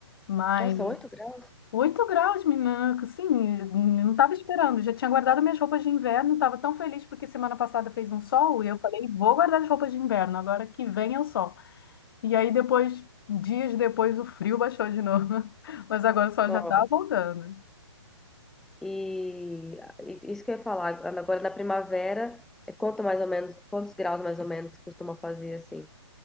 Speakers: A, on the left (about 50°); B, in the centre.
A: mas
B: Nossa, 8 graus?
A: 8 graus, menina, sim, não estava esperando. Já tinha guardado minhas roupas de inverno, estava tão feliz porque semana passada fez um sol e eu falei, vou guardar as roupas de inverno, agora que vem é o sol. E aí depois, dias depois, o frio baixou de novo, <laughs> mas agora o sol
B: Nossa.
A: já está voltando.
B: E, e isso que eu ia falar, agora na primavera, é quanto mais ou menos, quantos graus mais ou menos costuma fazer assim?